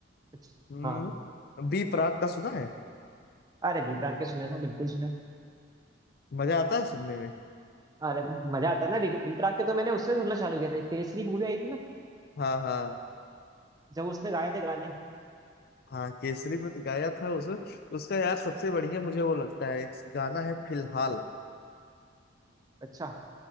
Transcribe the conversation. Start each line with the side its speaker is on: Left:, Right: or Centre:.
Right: कुछ-
Left: हम्म
Right: हाँ
Left: बी प्राक का सुना है
Right: अरे दीप राग के सुने ना बिल्कुल सुने
Left: मजा आता है सुनने में
Right: अरे मजा आता है ना दीप दीप राग के तो मैंने उससे सुनना चालू किया था केसरी मूवी आई थी ना
Left: हाँ हाँ
Right: जब उसने गाए थे गाने
Left: हाँ केसरी में तो गाया था उस उसका यार सबसे बढ़िया मुझे वो लगता है एक गाना है फिलहाल
Right: अच्छा